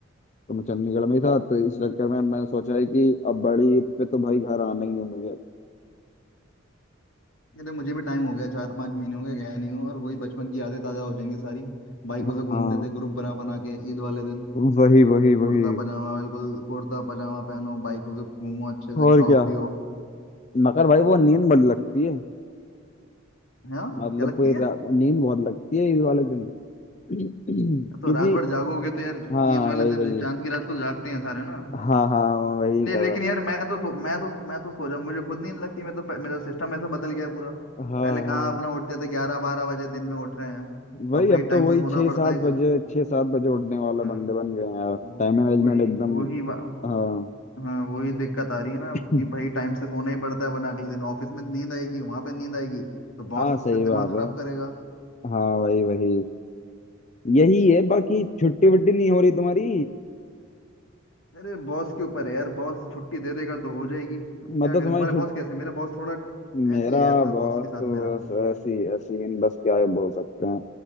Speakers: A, on the left; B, on the left.
A: तो मैं चंडीगढ़ में ही था तो इस चक्कर में मैंने सोचा है कि अब बड़ी ईद पे तो भाई घर आना ही है मुझे
B: अरे मुझे भी टाइम हो गया चार पांच महीने हो गए गया नहीं हूँ और वही बचपन की यादें ताजा हो जाएंगी सारी बाइकों
A: हाँ
B: से घूमते थे ग्रुप बना बना के ईद वाले दिन
A: वही वही वही
B: कुर्ता पजामा बिल्कुल कुर्ता पजामा पहनो बाइकों से घूमो अच्छे से
A: और
B: खाओ
A: क्या
B: पियो
A: मगर भाई वो नींद बड़ी लगती है
B: है हाँ?
A: मतलब
B: क्या लगती
A: कोई
B: है
A: रा- नींद बहुत लगती है ईद वाले दिन <clears throat> क्योंकि
B: तो रात भर जागोगे तो यार
A: हाँ
B: ईद वाले
A: वही
B: दिन
A: वही
B: चांद की रात को तो जागते हैं सारे ना
A: हाँ हाँ वही
B: नहीं
A: खबर
B: लेकिन यार
A: है
B: मैं तो सो- मैं तो मैं तो सो जाऊं मुझे खुद नींद लगती मैं तो प- मेरा सिस्टम ऐसा बदल गया पूरा
A: हाँ
B: पहले कहाँ
A: हाँ
B: अपना उठते थे ग्यारह बारह बजे दिन में उठ रहे हैं
A: वही
B: अब भाई
A: अब तो
B: टाइम
A: वही
B: से सोना
A: छः
B: पड़ता
A: सात
B: है अगर-
A: बजे छः सात बजे उठने वाले
B: हाँ
A: बंदे बन गए हैं यार
B: वो-
A: टाइम मैनेजमेंट
B: वही
A: एकदम
B: वही बा-
A: हाँ
B: हाँ वही दिक्कत आ रही है ना
A: <clears throat>
B: कि भाई टाइम से सोना ही पड़ता है वरना अगले दिन ऑफिस में नींद आएगी वहां पे नींद आएगी तो
A: हाँ
B: बॉस
A: सही
B: फिर दिमाग
A: बात
B: खराब
A: है
B: करेगा
A: हाँ वही वही यही है बाकी छुट्टी वट्टी नहीं हो रही तुम्हारी
B: अरे बॉस के ऊपर है यार बॉस छुट्टी दे देगा तो हो जाएगी अब
A: मतलब
B: क्या करें
A: तुम्हारी
B: तुम्हारे
A: छुट
B: बॉस कैसे हैं मेरा बॉस थोड़ा
A: मेरा
B: ऐसी है थोड़ा
A: बॉस
B: बॉस के
A: तो
B: साथ मेरा
A: बस ऐसी ऐसी इन बस क्या बोल सकते हैं